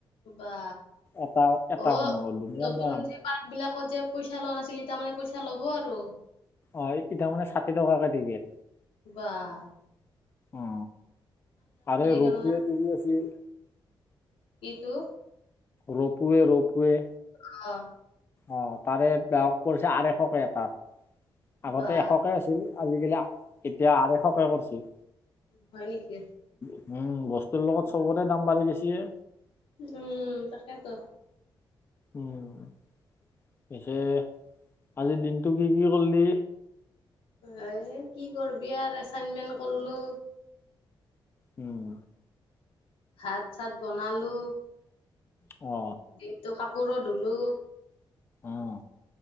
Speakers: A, on the left (about 85°); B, on the left (about 25°).
A: বা
B: এটা এটা
A: অ
B: মানুহৰ ধুনীয়া
A: নতুন
B: দাম
A: যে পাৰ্ক বিলাকত যে পইচা লোৱা নাছিলি তাৰমানে পইচা পইচা ল'ব আৰু।
B: অ <unintelligible> মানে ষাঠি টকাকে টিকেট।
A: বাহ
B: উ আৰু ৰোপৱেটো
A: গ'ল না
B: কি আছিল?
A: ইটো
B: ৰোপোৱে ৰোপোৱে।
A: অহ
B: অ তাৰে ব কৰিছে আৰাইশকে এটাৰ। আগতে
A: বা
B: এশকে আছিল আজিকালি এতিয়া অৰাইশকে কৰিছি।
A: হয় নেকি?
B: উম বস্তুৰ লগত চবতে দাম বাঢ়ি গেছি এ।
A: উম তাকেতো।
B: উম। পিছে আজিৰ দিনটো কি কি কৰিলি?
A: এ কি কৰবি আৰ এচাইনমেন্ট কৰলো।
B: উম।
A: ভাত চাত বনালো
B: অ
A: দিনটো কা পুৰো ধুলোঁ।
B: অহ